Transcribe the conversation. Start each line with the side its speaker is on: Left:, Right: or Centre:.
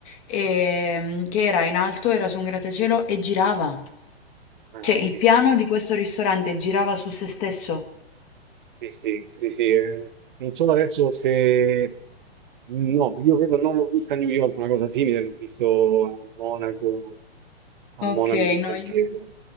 Left: e, che era in alto, era su un grattacielo e girava.
Right: Ah,
Left: Cioè, il
Right: sì,
Left: piano
Right: sì.
Left: di questo ristorante girava su se stesso.
Right: Sì, sì, sì, sì, eh, Non so adesso se... No, io credo non l'ho vista a New York, una cosa simile, l'ho visto a Monaco, a
Left: Ok,
Right: Monaco di
Left: no,
Right: Baviera.
Left: io...